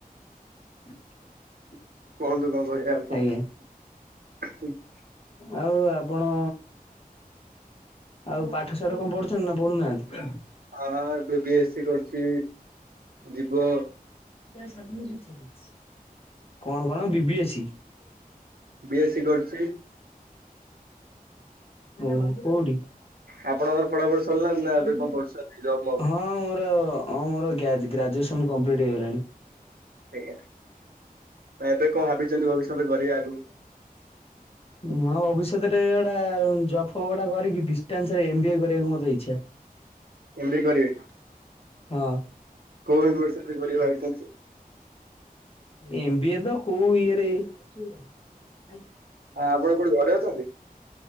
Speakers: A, on the left (about 40°); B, on the right (about 80°).
A: <inaudible>
B: କୁହନ୍ତୁ। କଣ କହିବା ଆଉ କୁହନ୍ତୁ।
A: ଆଜ୍ଞା
B: <unintelligible>
A: ଆଉ ଆପଣ ଆଉ ପାଠ ଶାଠ କଣ ପଢୁଚନ୍ତି ନା ପଢ଼ୁନାହାନ୍ତି?
B: ହଁ ହଁ ଏବେ ବି ଏ ସି କରୁଚି। ଯିବ
A: ଯା ସବୁ କିଛି ଠିକ୍ ଅଛି। କଣ କଣ ବିି ବି A C?
B: B A C କରିଚି।
A: ଓହୋ, କୋଉଠି?
B: ଆପଣଙ୍କର ପଢାପଢି ସରିଲାଣି ନା
A: <unintelligible>
B: ଏବେ କଣ କରୁଛନ୍ତି ଜବ୍ ମବ୍?
A: ହଁ ମୋର ହଁ ମୋର ଗା ଗ୍ରାଜୁଏସନ କମ୍ପ୍ଲିଟ୍ ହେଇଗଲାଣି।
B: ଆଜ୍ଞା। ଆ ଏବେ କଣ ଭାବିଚନ୍ତି ଭବିଷ୍ୟତ କରିବେ ଆଗକୁ?
A: ନୂଆ ଭବିଷ୍ୟତଟା ଏଟା ଜବ୍ ଫବ ଗୁଡାକ ବାହାରିକି ଡିାଟାନ୍ସରେ ଏମ୍ ବି ଏ କରିବାକୁ ମୋର ଇଚ୍ଛା।
B: ଏମ ବି ଏ କରିବେ?
A: ହଁ।
B: କୋଉ ଇଉନିଭରସିଟିରେ କରିବେ ଭାବିଚନ୍ତି?
A: ଏମ ବିି ଏ ତ କଉ ଇଏରେ <unintelligible>
B: ହଁ ଆପଣ କୋଉଠି ଘରେ ଅଛନ୍ତି?